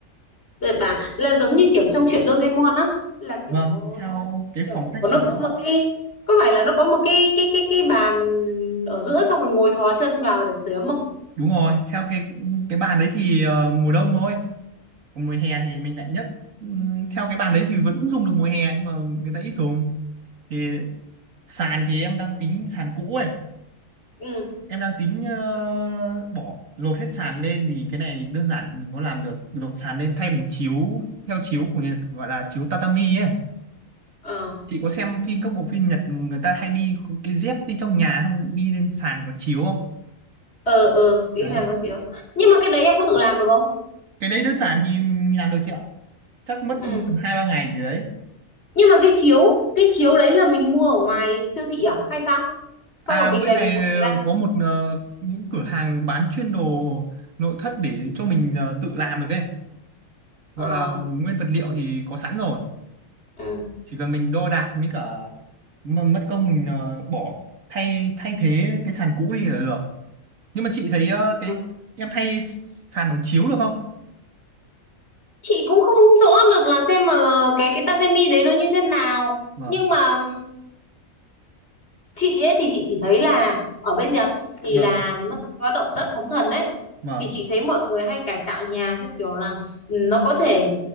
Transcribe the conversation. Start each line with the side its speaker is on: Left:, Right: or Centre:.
Left: Đợt bà là giống như kiểu trong truyện Doraemon á là kiểu
Right: vâng theo cái
Left: kiểu
Right: phòng
Left: kiểu
Right: khách kiểu
Left: nó có một cái có phải là nó có một cái cái cái cái bàn ở giữa xong rồi ngồi thò chân vào để sửa ấm không?
Right: đúng rồi theo cái cái bàn đấy thì ờ, mùa đông thôi còn mùa hè thì mình lại nhất Ừm, theo cái bàn đấy thì vẫn dùng được mùa hè nhưng mà người ta ít dùng thì sàn thì em đang tính sàn cũ ấy
Left: Ừ.
Right: em đang tính ờ, bỏ lột hết sàn lên vì cái này đơn giản thì mình có làm được lột sàn lên thay bằng chiếu theo chiếu của Nhật gọi là chiếu tatami ấy
Left: Ờ
Right: chị có xem phim các bộ phim Nhật người ta hay đi cái dép đi trong nhà xong đi lên sàn có chiếu không
Left: ờ ờ nghĩ
Right: đấy
Left: rằng có chiếu. Nhưng mà cái đấy em có tự làm được không?
Right: cái đấy đơn giản thì mình làm được chị ạ chắc mất
Left: Ừ.
Right: tầm hai ba ngày gì đấy
Left: Nhưng mà cái chiếu cái chiếu đấy là mình mua ở ngoài siêu thị à hay sao?
Right: À
Left: Xong rồi mình
Right: bên
Left: về
Right: này
Left: mình trải
Right: ờ,
Left: ra à?
Right: có một ờ, những cửa hàng bán chuyên đồ nội thất để cho mình ờ, tự làm được ấy. Gọi
Left: Ờ.
Right: là nguyên vật liệu thì có sẵn rồi.
Left: Ừ.
Right: Chỉ cần mình đo đạc mới cả mà mất công mình ờ, bỏ thay thay thế cái sàn cũ đi là được. Nhưng mà chị thấy ờ,
Left: Ừ.
Right: cái em thay sàn bằng chiếu được không?
Left: Chị cũng không rõ được là xem mà cái cái tatami đấy nó như thế nào.
Right: Vâng,
Left: Nhưng mà chị ấy thì chị chỉ thấy là ở bên Nhật thì
Right: vâng,
Left: là nó có động đất sóng thần đấy
Right: vâng.
Left: thì chị thấy mọi người hay cải tạo nhà theo kiểu là ừ, nó có thể